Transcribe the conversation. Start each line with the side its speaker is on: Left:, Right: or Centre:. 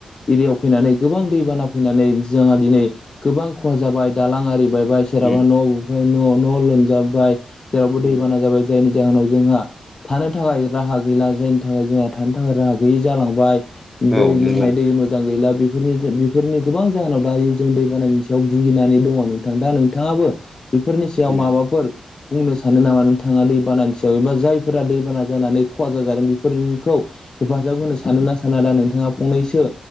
Left: एरियायाव फैनानै गोबां दैबाना फैनानै जोंहा दिनै गोबां खहा जाबाय दालां आरिबायायबाय सोरहाबा
Centre: उम
Left: न' न' न' लोमजाबाय जेरावाबबो
Centre: उम
Left: दैबाना जाबाय जायनि जाहोनाव जोंहा थानो थाखाय राहा गैला जायनि थाखाय जोंहा थानो थाखाय राहा गैयि जालांबाय दै
Centre: औ नंगौ
Left: लोंनाय दै मोजां गैला बेफोरनि बेफोरनि गोबां जाहोनाव दायो जों दै बानायनि सायाव भुगिनानै दङ नोंथां दा नोंथाङाबो बेफोरनि सायाव
Centre: उम
Left: माबाफोर बुंनो सानो नामा नोंथाङा दैबानानि सायाव एबा जायफोरा दैबाना जानानै खहा जा जादों बेफोरखौ हेफाजाब होनो सानो ना साना दा नोंथाङा फंनैसो